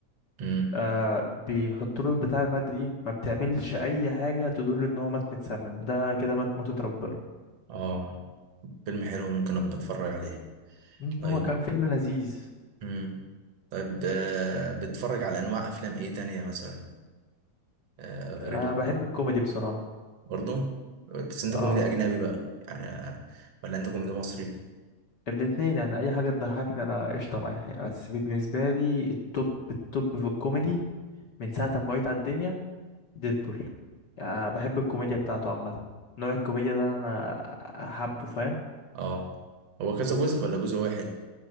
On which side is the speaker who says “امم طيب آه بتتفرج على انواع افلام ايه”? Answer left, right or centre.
Right